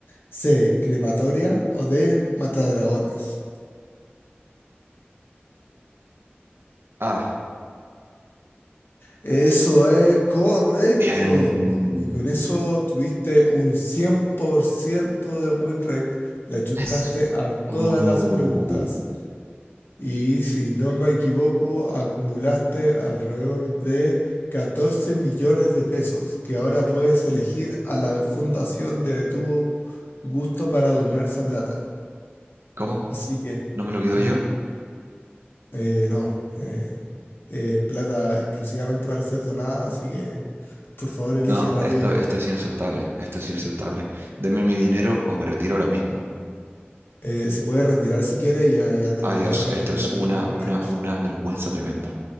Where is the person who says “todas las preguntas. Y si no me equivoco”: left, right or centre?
Left